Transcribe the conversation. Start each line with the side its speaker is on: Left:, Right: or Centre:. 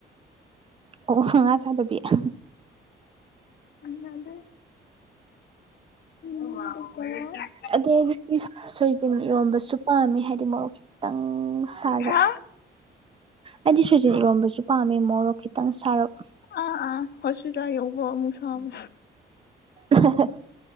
Right: ꯑꯣ ꯉꯥ ꯆꯥꯗꯕꯤ ꯑꯍꯥ
Left: ꯍꯩꯅꯗꯦ ꯎꯝ ꯑꯗꯨꯒ
Right: ꯑꯗꯩꯗꯤ ꯢꯟꯁꯥꯡ ꯁꯣꯏꯖꯤꯟ ꯏꯔꯣꯝꯕꯁꯨ ꯄꯥꯝꯃꯦ ꯍꯥꯏꯗꯤ ꯃꯣꯔꯣꯛ ꯈꯤꯠ ꯈꯤꯇꯪ ꯁꯥꯔꯞ
Left: ꯍꯥ
Right: ꯑꯩꯗꯤ ꯁꯣꯢꯖꯤꯟ ꯢꯔꯣꯟꯕꯁꯨ ꯄꯥꯝꯃꯦ ꯃꯣꯔꯣꯛ ꯈꯤꯇꯪ ꯁꯥꯔꯞ
Left: ꯑ ꯑ ꯍꯣꯁꯄꯤꯇꯥꯜ ꯌꯧꯕ ꯑꯃꯨꯛ ꯁꯥꯕ
Right: ꯑꯍꯥꯍꯥ